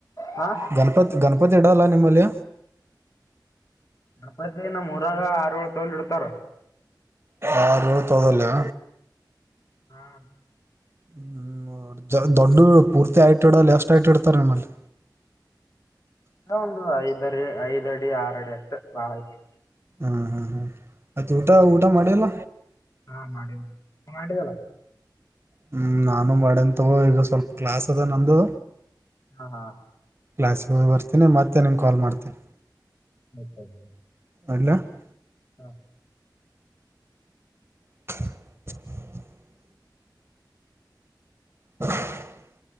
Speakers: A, on the left; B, on the right.
A: ಹಾ
B: ಗಣಪತಿ ಗಣಪತಿ ಇಡಲ್ಲ ನಿಮ್ಮಲ್ಲಿ
A: ಗಣಪತಿ ನಮ್ಮುರಾಗ ಆರಏಳ ತೊಲ್ ಇಡ್ತಾರ.
B: ಆರ ಏಳ್ ತೊದಲ್ಲಿ
A: ಹಾ
B: ಹ್ಮ ದೊಡ್ಡ ಪೂರ್ತಿ ಐಟ್ ಇಡಲ್ಲ ಎಷ್ಟ ಐಟ್ ಇಡ್ತಾರ ನಿಮ್ಮಲ್ಲಿ
A: ಒಂದು ಐದಡಿ ಐದ ಅಡಿ ಆರ ಅಡಿ ಅಷ್ಟ ಬಾಳ ಆಯ್ತು
B: ಹಾ ಹಾ ಹಾ ಆಯ್ತ ಊಟ ಊಟ ಮಾಡಿಲ್ಲ
A: ಹಾ ಮಾಡಿನಿ ಮಾಡಿದಲ್ಲ.
B: ಹ್ಮ್ ನಾನು ಮಾಡೇನ್ ತಗೋ ಈಗ ಸ್ವಲ್ಪ ಕ್ಲಾಸ್ ಅದ ನಂದು.
A: ಹಾ ಹಾ
B: ಕ್ಲಾಸಗೆ ಹೋಗ್ ಬರ್ತೀನಿ ಮತ್ತೆ ನಿಮಗೆ ಕಲ್ ಮಾಡ್ತೀನಿ.
A: ಹತ <unintelligible>
B: ಅಲ್ಲ <unintelligible>
A: ಹಾ
B: <unintelligible> <inaudible>